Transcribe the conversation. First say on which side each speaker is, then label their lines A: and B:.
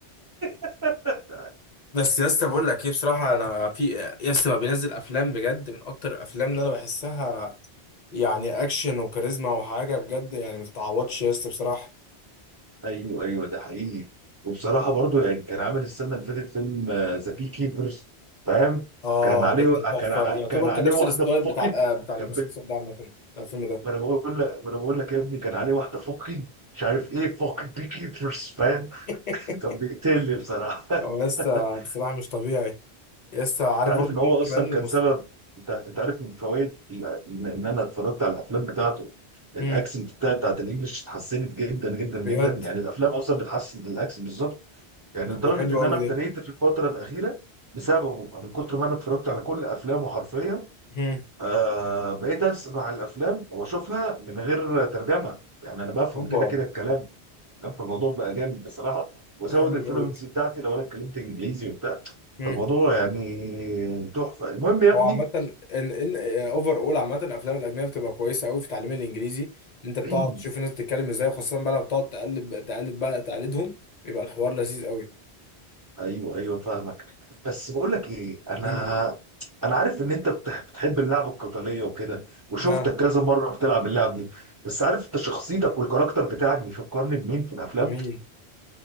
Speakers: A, on the right; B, on the left.
A: <laughs>
B: بس يا اسطى بقول لك ايه بصراحه انا في يا اسطى ما بينزل افلام بجد من اكتر الافلام اللي انا بحسها يعني اكشن وكاريزما وحاجه بجد يعني ما تتعوضش يا اسطى بصراحه
A: ايوه ايوه ده حقيقي وبصراحه برضو يعني كان عامل السنه اللي فاتت فيلم ذا بي كيبرز فاهم
B: اه
A: كان عليه
B: ده كان تحفه
A: كان ع-
B: يعتبر
A: كان عليه
B: كان نفس
A: واحده
B: الستايل
A: فقد
B: بتاع ال- بتاع المسلسل
A: كان بال-
B: ده عامه بتاع الفيلم ده
A: ما انا بقول لك ما انا بقول لك يا ابني كان عليه واحده فقد مش عارف ايه فقد بي كيبرز فاهم
B: <laughs>
A: <laughs> كان بيقتلني بصراحه
B: هو لسه
A: <laughs>
B: بصراحة مش طبيعي لسه عارف
A: انت عارف
B: برضو
A: ان هو
B: مين
A: اصلا
B: كمان المس...
A: كان سبب انت انت عارف من فوائد ال- ان إن انا اتفرجت على الافلام بتاعته الاكسنت
B: هم،
A: بتاعت بتاعت الانجليش اتحسنت جدا جدا
B: بجد
A: جدا يعني الافلام اصلا بتحسن الاكسنت بالظبط يعني
B: طب
A: لدرجه
B: ده حلو
A: ان
B: قوي
A: انا ابتديت
B: ده
A: في الفتره الاخيره بسببه من كتر ما انا اتفرجت على كل افلامه حرفيا
B: هم،
A: آه بقيت اسمع الافلام واشوفها من غير ترجمه يعني انا بفهم
B: اوبا
A: كده كده الكلام يعني فالموضوع بقى جامد بصراحه وزود
B: ده حلو
A: الفلوينسي
B: قوي
A: بتاعتي لو انا اتكلمت انجليزي وبتاع
B: هم.
A: فالموضوع يعني تحفه المهم يا ابني
B: هو عامة ان ان اوفر اول عامة الافلام الاجنبية بتبقى كويسة قوي في تعليم الانجليزي ان انت بتقعد
A: <clears throat>
B: تشوف الناس بتتكلم ازاي وخاصة بقى لما بتقعد تقلب تقلد بقى تقلدهم بيبقى الحوار لذيذ قوي
A: ايوه ايوه فاهمك بس بقول لك ايه انا
B: هم.
A: انا عارف ان انت بتح- بتحب اللعب القتاليه وكده وشفتك
B: ها
A: كذا مره بتلعب اللعب دي بس عارف انت شخصيتك والكاركتر بتاعك بيفكرني بمين في الافلام
B: مين